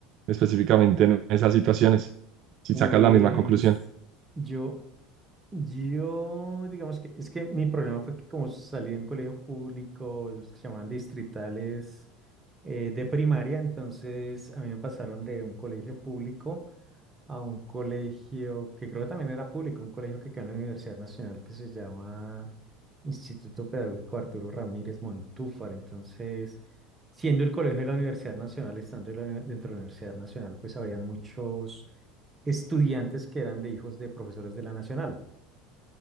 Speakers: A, on the right; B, on the right.
A: específicamente en esas situaciones, si
B: Pues
A: sacas la misma conclusión.
B: yo, yo, digamos que es que mi problema fue que como salí de un colegio público, de los que se llamaban distritales eh, de primaria, entonces a mí me pasaron de un colegio público a un colegio que creo que también era público, un colegio que queda en la Universidad Nacional que se llama Instituto Pedagógico Arturo Ramírez Montúfar. Entonces, siendo el colegio de la Universidad Nacional, estando en la uni- dentro de la Universidad Nacional, pues habían muchos estudiantes que eran de hijos de profesores de la Nacional.